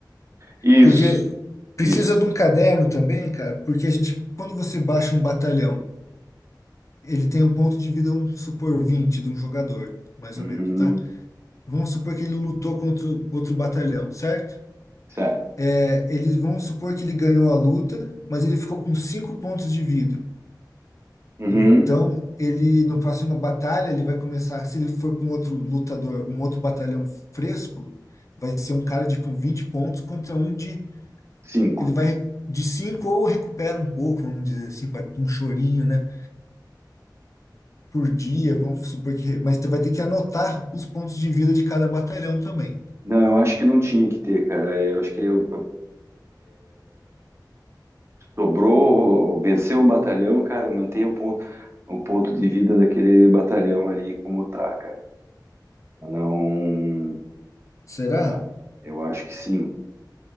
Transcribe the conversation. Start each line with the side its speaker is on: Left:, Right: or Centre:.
Right: Isso,
Left: Porque precisa
Right: isso.
Left: de um caderno também, cara, porque a gente, quando você baixa um batalhão, ele tem um ponto de vida, vamos supor, 20 de um jogador, mais
Right: Uhum,
Left: ou menos, tá? Vamos supor que ele lutou contra outro batalhão, certo?
Right: certo.
Left: É, ele, vamos supor que ele ganhou a luta, mas ele ficou com 5 pontos de vida.
Right: Uhum,
Left: Então, ele no próximo batalha, ele vai começar, se ele for com outro lutador, um outro batalhão fresco, vai ser um cara de com 20 pontos contra um de
Right: cinco.
Left: ele vai re- de 5 ou recupera um pouco, vamos dizer assim, para um chorinho, né, por dia, vamos supor que, mas tu vai ter que anotar os pontos de vida de cada batalhão também.
Right: Não, eu acho que não tinha que ter, cara. É, Eu acho que eu, Sobrou, venceu um batalhão, cara, mantém o ponto, o ponto de vida daquele batalhão ali como tá, cara. Pra Não,
Left: Será?
Right: pra- eu acho que sim.